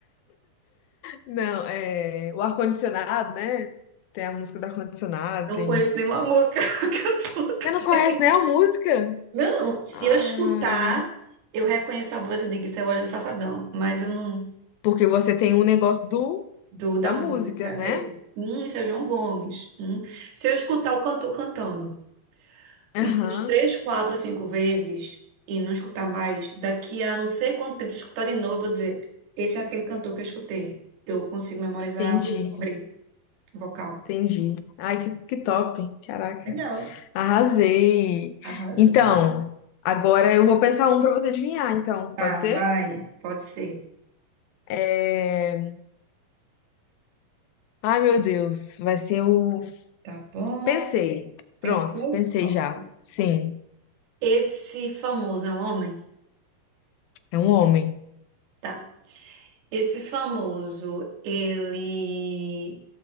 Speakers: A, on the left; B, on the right.
A: Não, é o ar-condicionado, né? Tem a música do ar-condicionado,
B: Não
A: tem.
B: conheço nenhuma música <laughs> que eu sou crente.
A: Você não conhece nem a música?
B: Não, se
A: Ai,
B: eu escutar, eu reconheço a voz e digo, isso é o Wesley Safadão, mas eu não
A: porque você tem um negócio do
B: do da
A: da
B: música.
A: música, né?
B: É, hum, isso é João Gomes. Hum. Se eu escutar o cantor cantando umas
A: Aham,
B: três, quatro, cinco vezes e não escutar mais, daqui a não sei quanto tempo, se eu escutar de novo, eu vou dizer, esse é aquele cantor que eu escutei. Eu consigo memorizar
A: entendi,
B: o timbre vocal.
A: entendi. Ai, que, que top, caraca,
B: Legal,
A: arrasei.
B: arrasou.
A: Então, agora eu vou pensar um pra você adivinhar, então,
B: Tá,
A: pode ser?
B: vai, pode ser.
A: É... Ai, meu Deus, vai ser o.
B: Tá bom.
A: Pensei, pronto,
B: Pensou?
A: pensei
B: Pronto.
A: já. Sim,
B: Esse famoso é um homem?
A: é um homem.
B: Tá. Esse famoso, ele